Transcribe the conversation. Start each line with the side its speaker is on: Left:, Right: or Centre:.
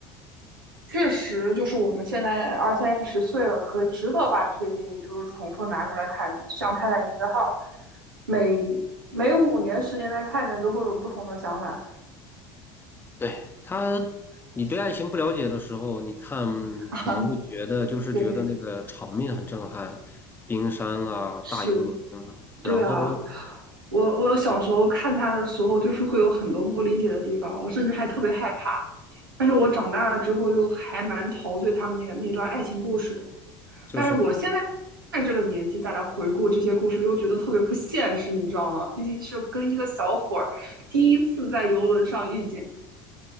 Right: 确实，就是我们现在二三十岁了，可以值得把这些电影就是重复拿出来看一遍。就像《泰坦尼克号》，每每五年、十年再看一遍，都会有不同的想法。
Left: 对，他，你对爱情不了解的时候，你看可能会觉得就是觉得那个场面很震撼，
Right: <laughs> 对，
Left: 冰山啊，
Right: 是，
Left: 大游轮啊，然后
Right: 对啊。我我小时候看他的时候，就是会有很多不理解的地方，我甚至还特别害怕。但是我长大了之后，又还蛮陶醉他们那个那段爱情故事的。
Left: 就是
Right: 但是我现在在这个年纪再来回顾这些故事，又觉得特别不现实，你知道吗？毕竟是跟一个小伙儿第一次在游轮上遇见。